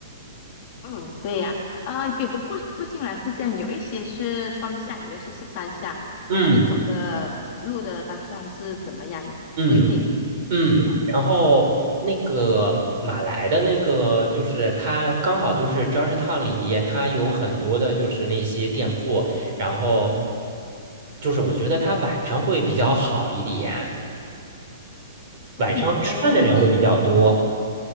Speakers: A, on the left; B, on the right.
A: 嗯，对呀，啊，也不不不竟然是这样，有一些是双向，有一些是单向，
B: 嗯
A: 看你走的路的方向是怎么样，
B: 嗯。
A: 不一定。
B: 嗯，
A: 嗯
B: 然后那个马来的那个，就是它刚好就是 Georgetown 里边，它有很多的就是那些店铺，然后就是我觉得它晚上会比较好一点，
A: 嗯，
B: 晚上吃饭的人会比较多。
A: 对，晚上